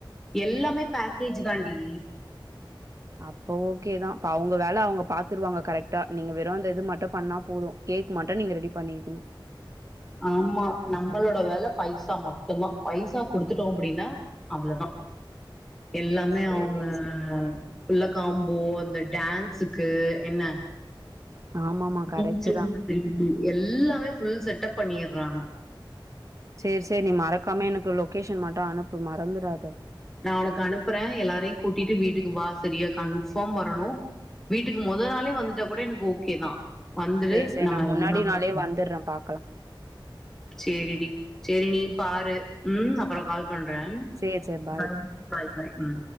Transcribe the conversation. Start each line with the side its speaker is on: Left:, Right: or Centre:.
Centre: எல்லாமே பேக்கேஜ் தாண்டி
Right: அப்ப ஓகே தா அப்ப அவங்க வேல அவுங்க பாத்துருவாங்க கரெக்டா நீங்க வெறு இந்த இது மட்டு பண்ணா போது கேக் மட்டு நீங்க ரெடி பண்ணிக்ணு
Centre: ஆமா நம்மளோட வேல பைசா மட்டுதா பைசா குடுத்துட்டோ அப்டினா அவ்ளதா எல்லாமே
Right: சரி,
Centre: அவங்க
Right: சரி.
Centre: புல்லோ காம்போ அந்த டான்ஸுக்கு என்ன
Right: ஆமாமா,
Centre: <unintelligible>
Right: கரெக்ட்டு தான்.
Centre: எல்லாமே ஃபுல் செட்டப் பண்ணிறாங்க
Right: சேர் சேரி நீ மறக்காம எனக்கு லொக்கேஷன் மட்டு அனுப்பு மறந்துறாத
Centre: நா உனக்கு அனுப்ற எல்லாரையு கூட்டிட்டு வீட்டுக்கு வா சரியா கன்ஃபாம் வரணு வீட்டுக்கு மொத நாளே வந்துட்டா கூட எனக் ஓகே தா வந்துரு
Right: சரி, சரி.
Centre: <unintelligible>
Right: நான் முன்னாடி நாளே வந்துர்றேன் பாக்கலாம்.
Centre: சேரி டி சேரி நீயு பாரு ம் அப்பற கால் பண்ற
Right: சேர் சேர்ம
Centre: பாய் பாய் பாய் ம்